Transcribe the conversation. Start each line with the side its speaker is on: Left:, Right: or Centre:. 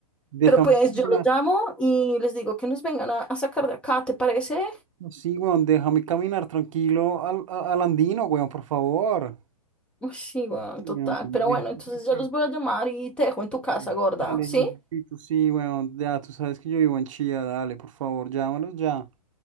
Right: déjame
Centre: pero pues
Right: caminar.
Centre: yo los llamo y les digo que nos vengan a, a sacar de acá, ¿te parece?
Right: No, Sí, weón, déjame caminar tranquilo al, a- al andino, weón, por favor.
Centre: Uy, sí, weón,
Right: Ay,
Centre: total.
Right: weón,
Centre: Pero
Right: déjame
Centre: bueno, entonces
Right: tranquilo.
Centre: yo los voy a llamar y te dejo en tu
Right: Dale,
Centre: casa, gorda.
Right: dale,
Centre: ¿Sí?
Right: necesito, sí, bueno, ya tú sabes que yo vivo en Chía, dale, por favor, llámalos ya.